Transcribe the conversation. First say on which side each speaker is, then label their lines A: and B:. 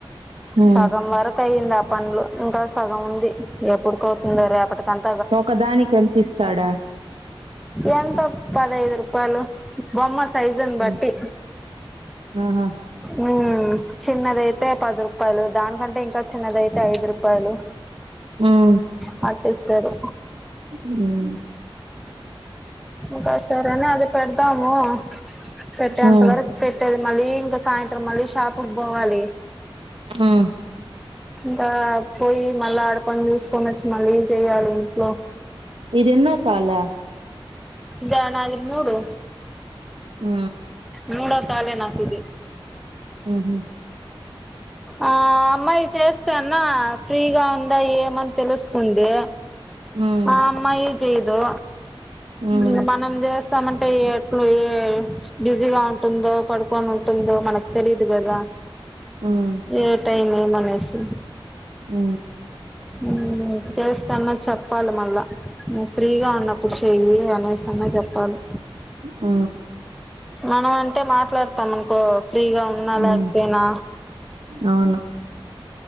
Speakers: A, on the right; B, in the centre.
A: ఉమ్
B: సగం వర కైందా పంలు ఇంకా సగం ఉంది ఎప్పుడుకవుతుందో రేపటికింత
A: ఒకదానికి ఎంత ఇస్తాడా
B: ఎంత పదైదు రూపాయలు బొమ్మస్ సైజుని
A: హ్మ్.
B: బట్టి
A: ఆహా
B: ఉ స చిన్నదైతే పది రూపాయలు దానికంటే ఇంకా చిన్నదయితే ఐదు రూపాయలు
A: ఉమ్
B: పట్టిస్తారు
A: ఉమ్
B: ఇంకా సరని అది పెడతాము పెట్టేంత
A: ఉమ్
B: వరకు పెట్టేది మళ్ళీ ఇంకా సాయంత్రం మళ్ళీ ప్పుప్ పోవాలి
A: ఉమ్
B: ఇంకా పోయి మళ్ళా ఆడ పని చూసుకొని వచ్చి మళ్ళీ చెయాలి ఇంట్లో
A: ఇదెన్న కాల
B: ఇదా నాది మూడు
A: ఉ
B: మూడో కాలే నాకిది
A: ఉహు
B: ఆ అమ్మాయి చేస్తాన్న ఫ్రీగా ఉందా ఏమని తెలుస్తుంది
A: ఉమ్
B: ఆ అమ్మాయి చేదు
A: ఉమ్
B: ఇంగ మనం చేస్ తామంటే ఎట్లు బిజీగా ఉంటుందో పడుకొని ఉంటుందో మనకు తెలీదు కదా
A: ఉమ్
B: ఏ టైమ్ మనసి
A: ఆ
B: ఉ చేస్తన్న చెప్పాలి మళ్ళా ఫ్రీగా ఉన్నప్పుడు చెయ్యి అనేసన్నా చెప్పాలి
A: ఆ
B: మనం అంటే మాట్లాడతాం అనుకో ఫ్రీగా ఉన్నా లేకపోయినా
A: ఉమ్ అవును